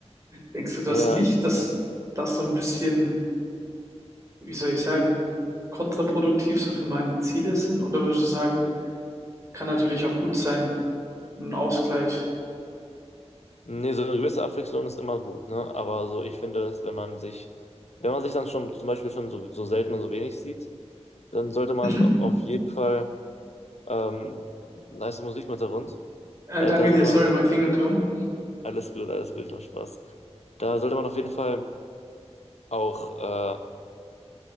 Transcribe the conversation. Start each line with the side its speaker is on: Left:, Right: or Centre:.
Right: Denkst du das
Left: Ja,
Right: nicht,
Left: ich,
Right: dass
Left: ja.
Right: das so ein bisschen, wie soll ich sagen, kontraproduktiv so für meine Ziele sind? Oder würdest du sagen, kann natürlich auch gut sein, ein Ausgleich?
Left: Nee, so eine gewisse Abwechslung ist immer gut, ne? Aber so, ich finde, dass wenn man sich, wenn man sich dann schon zum Beispiel schon so, so selten und so wenig sieht, dann sollte man
Right: Mhm.
Left: auf jeden Fall Ähm, nice Musik im Hintergrund.
Right: Äh,
Left: Äh,
Right: danke
Left: da sollte
Right: dir, sorry,
Left: man auf-
Right: mein Klingelton.
Left: alles gut, alles gut, ich mach Spaß. Da sollte man auf jeden Fall auch äh,